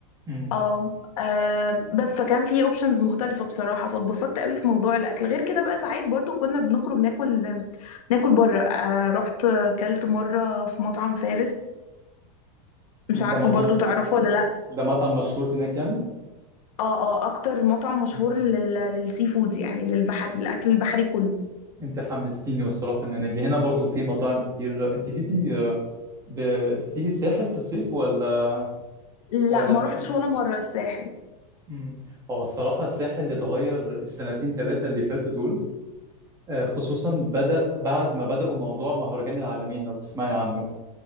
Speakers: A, on the right (about 15°); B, on the left (about 75°).
A: امم
B: اه آه، بس فكان فيه اوبشنز مختلفة بصراحة فاتبسطت قوي في موضوع الأكل غير كده بقى ساعات برضو كنا بنخرج ناكل ناكل بره آه رحت كلت مرة في مطعم فارس مش عارفة
A: ده مطعم
B: برضو تعرفه ولا لأ
A: ده مطعم مشهور هناك يعني
B: اه اه اكتر مطعم مشهور
A: مم.
B: لل... للسي فود يعني للبحر الاكل البحري كله
A: انت حمستيني والصراحه ان انا اجي هنا برضو في مطاعم كتير انت جيتي آه، ب... بتيجي الساحل في الصيف ولا
B: لا
A: ولا
B: ما
A: م...
B: روحتش ولا مره الساحل
A: مم. هو الصراحه الساحل اتغير السنتين ثلاثه اللي فاتوا دول آه، خصوصا بدأ بعد ما بدأوا موضوع مهرجان العالمين لو تسمعي عنه